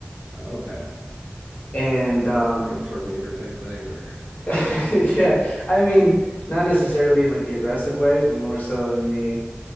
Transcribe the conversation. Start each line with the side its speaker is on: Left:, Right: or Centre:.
Right: Oh, okay,
Left: And um
Right: like a Terminator type thing or
Left: <laughs> yeah, I mean, not necessarily in like the aggressive way, but more so in the